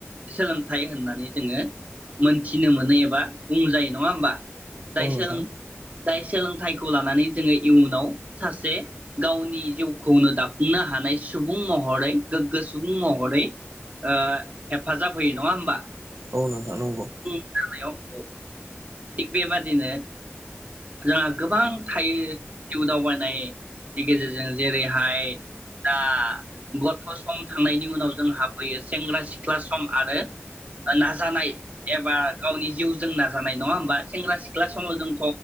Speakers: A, on the right (about 30°); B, on the right (about 85°).
A: सोलोंथाइ होननानै जोङो मोनथि फिनो मोनो एबा बुंजायो नङा होमबा जाय
B: औ
A: सोलों
B: नोंथां
A: जाय सोलोंथाइखौ लानानै जोङो इयुनाव सासे गावनि जिउखौनो दाफुंनो हानाय सुबुं महरै गोग्गो सुबुं महरै ओ हेफाजाब होयो नङा होमबा?
B: औ नोंथां नंगौ ।
A: औ औ थिग बेबादिनो जोंहा गोबां थायो जिउ दावबायनायनि गेजेरजों जेरैहाय दा ओ गथ' सम थांनायनि उनाव जोंहाबफैयो सेंग्रा सिख्ला सम आरो नाजानाय एबा गावनि जिउजों नाजानाय नङा होमबा, सेंग्रा सिख्ला समाव जोंथ